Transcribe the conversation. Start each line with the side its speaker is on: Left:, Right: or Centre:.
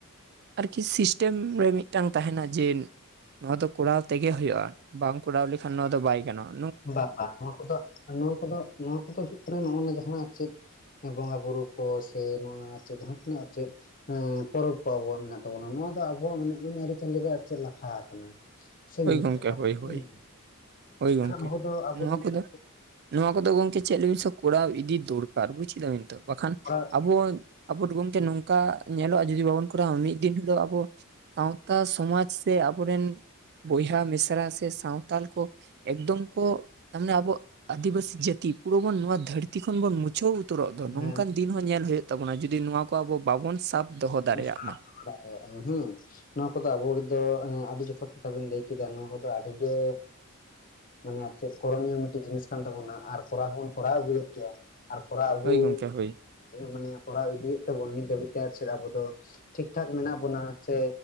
Right: ᱟᱨᱠᱤ ᱥᱤᱥᱴᱮᱢ ᱨᱮ ᱢᱤᱫᱴᱟᱝ ᱛᱟᱦᱮᱱᱟ ᱡᱮ ᱱᱚᱣᱟ ᱫᱚ ᱠᱚᱨᱟᱣ ᱛᱮᱜᱮ ᱦᱳᱭᱳᱜᱼᱟ ᱵᱟᱝ ᱠᱚᱨᱟᱣ ᱞᱮᱠᱷᱟᱱ ᱱᱚᱣᱟ ᱫᱚ ᱵᱟᱭ ᱜᱟᱱᱚᱜᱼᱟ ᱾
Left: ᱵᱟᱝ ᱵᱟᱝ ᱱᱚᱣᱟ ᱠᱚᱫᱚ ᱱᱚᱣᱟ ᱠᱚᱫᱚ ᱱᱚᱣᱟ ᱠᱚᱫᱚ ᱦᱩᱭᱩᱜ ᱠᱟᱱᱟ ᱱᱚᱜᱼᱚ ᱱᱚᱣᱟ ᱡᱟᱦᱟᱸ ᱟᱨ ᱪᱮᱫ ᱵᱚᱸᱜᱟ ᱵᱩᱨᱩ ᱠᱚ ᱥᱮ ᱱᱚᱣᱟ ᱟᱨ ᱪᱮᱫ ᱡᱟᱦᱟᱸ ᱛᱤᱱᱟᱹᱜ ᱟᱨ ᱪᱮᱫ ᱮᱸ ᱯᱚᱨᱚᱵᱽ ᱠᱚ ᱟᱵᱚᱣᱟᱜ ᱢᱮᱱᱟᱜ ᱛᱟᱵᱚᱱᱟ, ᱱᱚᱣᱟ ᱫᱚ ᱟᱵᱚᱣᱟᱜ ᱟᱹᱨᱤᱪᱟᱹᱞᱤ ᱨᱮ ᱪᱮᱫ ᱞᱟᱴᱷᱟ ᱟᱠᱟᱱᱟ ᱾ ᱥᱮ
Right: ᱦᱳᱭ
Left: ᱢᱮᱱᱟᱜ
Right: ᱜᱚᱝᱠᱮ
Left: ᱛᱟᱵᱚᱱᱟ
Right: ᱦᱳᱭ ᱦᱳᱭ
Left: ᱦᱮᱸ,
Right: ᱦᱳᱭ ᱜᱚᱝᱠᱮ
Left: ᱟᱵᱚ ᱫᱚ ᱟᱵᱚ
Right: ᱱᱚᱣᱟ
Left: <inaudible>
Right: ᱠᱚᱫᱚ ᱱᱚᱣᱟ ᱠᱚᱫᱚ ᱜᱚᱝᱠᱮ ᱪᱮᱫ ᱞᱟᱹᱭᱵᱤᱱ ᱠᱚᱨᱟᱣ ᱤᱫᱤ ᱫᱚᱨᱠᱟᱨ ᱵᱩᱡ ᱠᱮᱫᱟᱵᱤᱱ ᱛᱚ! ᱵᱟᱠᱷᱟᱱ
Left: ᱛᱷᱚᱲᱟ
Right: ᱟᱵᱚ ᱟᱵᱚᱰ ᱜᱚᱝᱠᱮ ᱱᱚᱝᱠᱟ ᱧᱮᱞᱚᱜᱼᱟ ᱡᱩᱫᱤ ᱵᱟᱵᱚᱱ ᱠᱚᱨᱟᱣᱟ ᱢᱤᱫ ᱫᱤᱱ ᱦᱤᱞᱳᱜ ᱟᱵᱚ ᱥᱟᱶᱛᱟ ᱥᱚᱢᱟᱡᱽ ᱥᱮ ᱟᱵᱚᱨᱮᱱ ᱵᱚᱭᱦᱟ ᱢᱤᱥᱨᱟ ᱥᱮ ᱥᱟᱶᱛᱟᱞ ᱠᱚ ᱮᱠᱫᱚᱢ ᱠᱚ ᱛᱟᱢᱟᱱᱮ ᱟᱵᱚ ᱟᱹᱫᱤᱵᱟᱹᱥᱤ ᱡᱟᱹᱛᱤ ᱯᱩᱨᱟᱹ ᱵᱚᱱ ᱱᱚᱣᱟ ᱫᱷᱟᱹᱨᱛᱤ ᱠᱷᱚᱱ ᱵᱚᱱ ᱢᱩ ᱪᱷᱟᱹᱣ ᱩᱛᱟᱹᱨᱚᱜ ᱫᱚ ᱱᱚᱝᱠᱟᱱ
Left: ᱦᱮᱸ
Right: ᱫᱤᱱ ᱦᱚᱸᱧᱮᱞ ᱦᱳᱭᱳᱜ ᱛᱟᱵᱚᱱᱟ ᱡᱩᱫᱤ ᱱᱚᱣᱟ ᱠᱚ ᱟᱵᱚ ᱵᱟᱵᱚᱱ ᱥᱟᱵ ᱫᱚᱦᱚ
Left: <unintelligible>
Right: ᱫᱟᱲᱮᱭᱟᱜ ᱢᱟ
Left: ᱦᱮᱸ ᱱᱚᱣᱟ ᱠᱚᱫᱚ ᱟᱵᱚ ᱫᱚ ᱟᱹᱰᱤ ᱡᱚᱛᱷᱟᱛ ᱠᱟᱛᱷᱟ ᱵᱤᱱ ᱞᱟᱹᱭ ᱠᱮᱫᱟ ᱱᱚᱣᱟ ᱠᱚᱫᱚ ᱟᱹᱰᱤ ᱜᱮ ᱢᱟᱱᱮ ᱟᱨ ᱪᱮᱫ ᱠᱚᱨᱚᱱᱤᱭᱚ ᱢᱤᱫᱴᱮᱡ ᱡᱤᱱᱤᱥ ᱠᱟᱱ ᱛᱟᱵᱚᱱᱟ ᱟᱨ ᱠᱚᱨᱟᱣ ᱦᱚᱸᱵᱚᱱ ᱠᱚᱨᱟᱣ ᱟᱹᱜᱩᱭᱮᱫ ᱜᱮᱭᱟ ᱟᱨ ᱠᱚᱨᱟᱣ ᱟᱹᱜᱩ
Right: ᱦᱳᱭ ᱜᱚᱢᱠᱮ ᱦᱳᱭ
Left: ᱢᱟᱱᱮ ᱠᱚᱨᱟᱣ ᱤᱫᱤᱭᱮᱫ ᱛᱟᱵᱚᱱ ᱱᱤᱛ ᱫᱷᱟᱹᱵᱤᱡ ᱛᱮ ᱪᱮᱫ ᱟᱵᱚ ᱫᱚ ᱴᱷᱤᱠ ᱴᱷᱟᱠ ᱢᱮᱱᱟᱜ ᱵᱚᱱᱟ ᱥᱮ